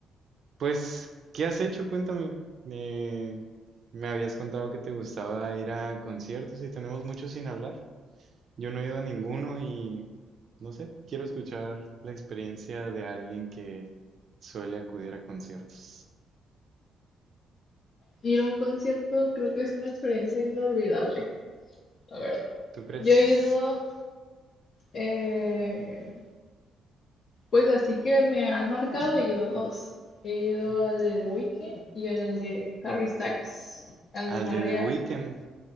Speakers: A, on the right; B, on the left.
A: Pues, ¿qué has hecho? Cuéntame. Eh, me habías contado que te gustaba ir a conciertos y tenemos mucho sin hablar. Yo no he ido a ninguno y no sé, quiero escuchar la experiencia de alguien que suele acudir a conciertos.
B: Ir a un concierto creo que es una experiencia inolvidable, la verdad.
A: ¿Tú crees?
B: Yo he ido, eh, pues así que me han marcado, he ido a dos. He ido al de Weekend y al de Harry Styles. Al
A: Al
B: de Harry,
A: de The Weeknd.